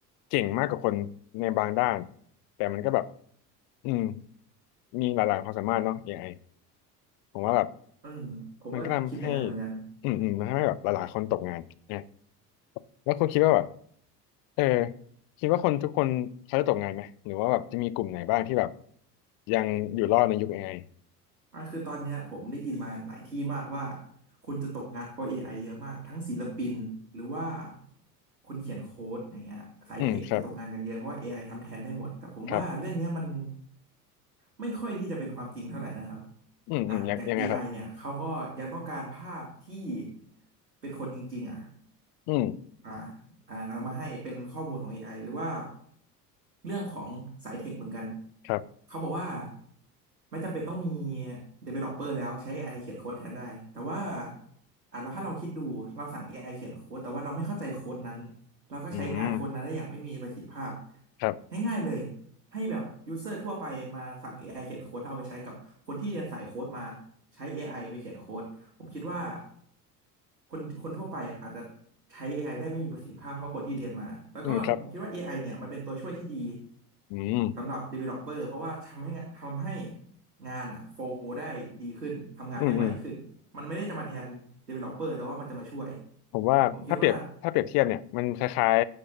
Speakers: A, on the left; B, on the right.
A: เก่งมากกว่าคนในบางด้านแต่มันก็แบบอืมมีหลากหลายความสามารถเนาะ AI ผมว่าแบบ
B: อืมผมก็คิดอย่างนั้นเหมือนกัน
A: มันก็ทำให้อืมอืมมันทำให้แบบหลายๆคนตกงานนะแล้วคุณคิดว่าแบบเออคิดว่าคนทุกคนเขาจะตกงานไหม หรือว่าแบบจะมีกลุ่มไหนบ้างที่แบบยังอยู่รอดในยุค AI อไอ
B: อ่ะคือตอนเนี้ยผมได้ยินมาหลายที่มากว่าคนจะตกงานเพราะ AI เยอะมากทั้งศิลปินหรือว่าคนเขียนโค้ดอย่างเงี้ยสายเทคจะตกงานกันเยอะเพราะว่า
A: อืมครับ
B: AI ทำแทนได้หมดแต่ผมว่าเรื่องเนี้ยมัน
A: ครับ
B: ไม่ค่อยที่จะเป็นความจริงเท่าไหร่นะครับ
A: อืมอืมยังยังไงครับ
B: อ่ะอย่าง AI เนี่ยเขาก็ยังต้องการภาพที่เป็นคนจริงๆอ่ะ
A: อืม
B: อ่าอ่านเอามาให้เป็นข้อมูลของ AI หรือว่าเรื่องของสายเทคเหมือนกัน
A: ครับ
B: เขาบอกว่าไม่จำเป็นต้องมี developer แล้วใช้ AI เขียนโค้ดแทนได้แต่ว่าอ่าแล้วถ้าเราคิดดูเราสั่ง AI เขียนโค้ดแต่ว่าเราไม่เข้าใจโค้ดนั้นเราก็ใช้งานโค้ดนั้นได้อย่างไม่มีประสิทธิภาพ
A: อืมครับ
B: ง่ายๆเลยให้แบบยูเซอร์ทั่วไปมาสั่ง AI เขียนโค้ดแล้วเอาไปใช้กับคนที่เรียนสายโค้ดมาใช้ AI ไอไปเขียนโค้ด ผมคิดว่าคนคนทั่วไปอะอาจจะใช้ AI ไอได้ไม่มีประสิทธิภาพเท่าคนที่เรียนมา แล้วก็ผมคิดว่า
A: อืมครับ
B: AI เนี่ยมันเป็นตัวช่วยที่ดี
A: อืม
B: สำหรับ developer เพราะว่าทำให้งานทำให้งานอะโฟลได้ดีขึ้นทำงานได้ไวขึ้นมันไม่ได้จะมาแทน
A: อืมอืม
B: developer แต่ว่ามันจะมาช่วย
A: ผมว่าถ้าเปรียบถ้าเปรียบเทียบเนี่ยมันคล้าย
B: ผมคิดว่า